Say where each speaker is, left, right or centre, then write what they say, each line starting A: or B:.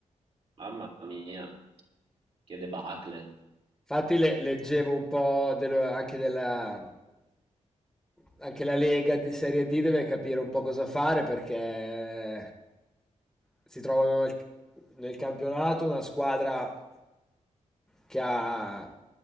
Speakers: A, on the right (about 50°); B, in the centre.
A: Mamma mia, che debacle.
B: Infatti le- leggevo un po' dello- anche della... Anche la Lega di Serie D deve capire un po' cosa fare perché si trovano nel, nel campionato una squadra che ha